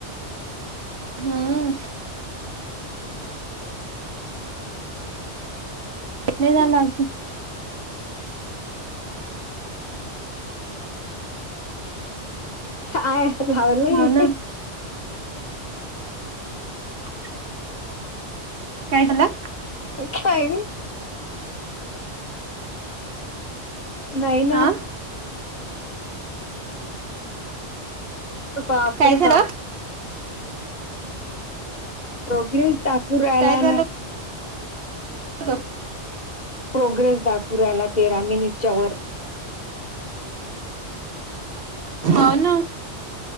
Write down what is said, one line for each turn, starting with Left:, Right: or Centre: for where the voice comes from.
Right: हम्म. नाही ना लाजू
Left: आहेय. लावलंय.
Right: हो ना <unintelligible> कायटलं
Left: खाय. नाही ना.
Right: हा
Left: प्र पाप
Right: काय झालं
Left: पाप
Right: <unintelligible>
Left: प्रोग्रेस दाखवून राहिला
Right: काय झालं
Left: ना.
Right: ग
Left: प्रोग्रेस दाखुऱ्याला तेरा मिनिटच्या वर
Right: होव ना.